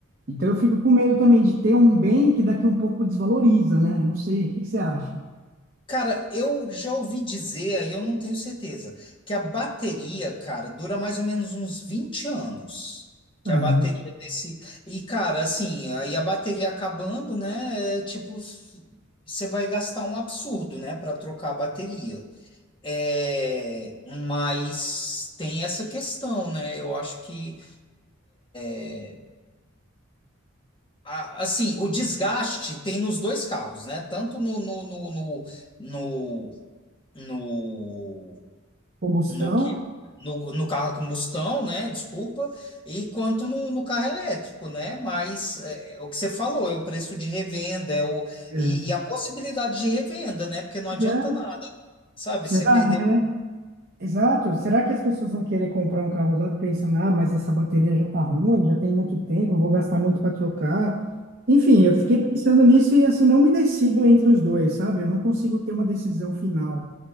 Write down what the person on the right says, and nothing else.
Então, eu fico com medo também de ter um bem que daqui um pouco desvaloriza, né? Eu Não sei, o que que você acha?
Aham.
Combustão?
É.
Pois
é.
Será?
é, Exato. Será que as pessoas vão querer comprar um carro usado pensando, ah, mas essa bateria já tá ruim, já tem muito tempo, eu vou gastar muito para trocar? Enfim, eu fiquei pensando nisso e assim não me decido entre os dois, sabe? Eu não consigo ter uma decisão final.